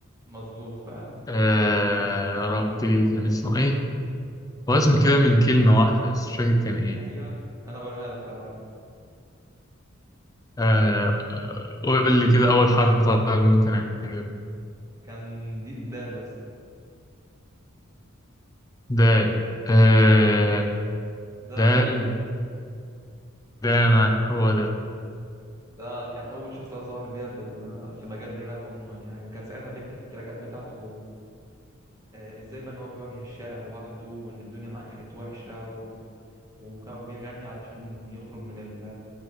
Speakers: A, on the right; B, on the left.
A: مظبوط فعلا
B: آه يا ربي كان اسمه ايه هو اسم كده من كلمه واحده بس مش فاكر كان ايه
A: ايوه انا اقولها لك لو عارف
B: آه آه، قول لي كده اول حرف طبعا ممكن اجيبه
A: كان دي ده يا اسطى
B: دال آه
A: ده
B: دال
A: ما
B: داما
A: كان
B: هو
A: ده كان أول شخصية ظهر بيها في ال- في مجال الراب عموما يعني وكان ساعتها بيحكي في التراكات بتاعته آه، إزاي بقى إن هو بيواجه الشارع لوحده وإن الدنيا معاه كانت وحشة و... وكان بيغني علشان يخرج من ال...